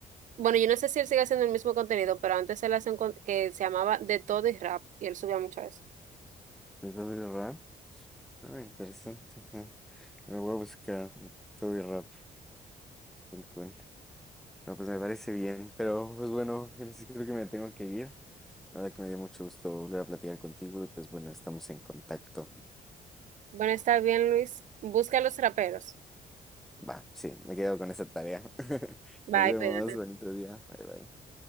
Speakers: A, on the right; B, in the centre.
A: bueno, yo no sé si él sigue haciendo el mismo contenido, pero antes él hacía un con- que se llamaba De Todo y Rap y él subía mucho eso.
B: ¿De Toby Rap? Ah, interesante, ajá. Lo voy a buscar, Toby Rap. Cool, cool. No, pues me parece bien, pero pues bueno, Génesis, creo que me tengo que ir. La verdad que me dio mucho gusto volver a platicar contigo y pues bueno, estamos en contacto.
A: Bueno, está bien, Luis. Busca a los raperos.
B: Va, sí, me quedo con esa tarea. <laughs>
A: Bye,
B: Nos vemos,
A: cuídate.
B: bonito día. Bye bye.